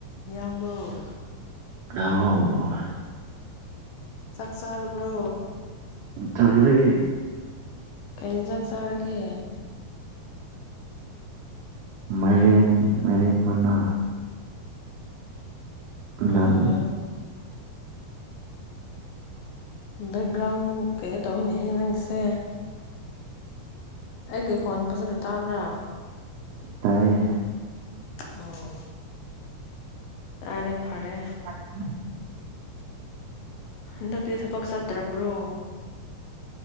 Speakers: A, on the left; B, on the right.
A: ꯢꯌꯥꯝꯕꯧ
B: ꯅꯥꯎ <unintelligible>
A: ꯆꯥꯛ ꯆꯥꯔꯕ꯭ꯔꯣ
B: ꯇꯔꯦ
A: ꯀꯩ ꯏꯟꯖꯥꯡ ꯆꯥꯔꯒꯦ
B: ꯃꯥꯏꯔꯦꯟ ꯃꯥꯏꯔꯦꯟ ꯃꯅꯥ ꯅꯪ
A: ꯑꯥ ꯕꯦꯛꯒ꯭ꯔꯥꯎꯟ ꯀꯩꯩꯅꯣ ꯇꯧꯋꯤꯅꯦꯍꯦ ꯅꯪꯁꯦ ꯑꯩꯒꯤ ꯈꯣꯟ ꯐꯖꯟꯅ ꯇꯥꯕ꯭ꯔꯥ
B: ꯇꯥꯏꯌꯦ
A: ꯑꯣ ꯇꯔꯦ ꯐꯔꯦ
B: <unintelligible>
A: ꯍꯟꯗꯛꯇꯤ ꯊꯕꯛ ꯆꯠꯇ꯭ꯔꯕ꯭ꯔꯣ